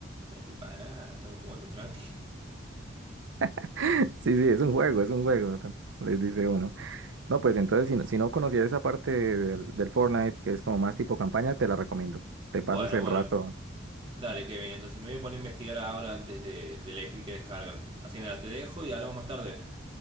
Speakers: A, on the right; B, on the right.
A: Voy a decir, pará, estamos jugando tranqui. <laughs>
B: <laughs> Sí, sí, es un juego, es un juego, tan- les dice uno. No, pues entonces, si no, si no conocías esa parte del, del Fortnite, que es como más tipo campaña, te la recomiendo. Te pasas
A: Bueno,
B: el
A: bueno,
B: rato.
A: dale Kevin, entonces me voy a poner a investigar ahora antes de, de elegir qué descargar. Así que nada, te dejo y hablamos más tarde.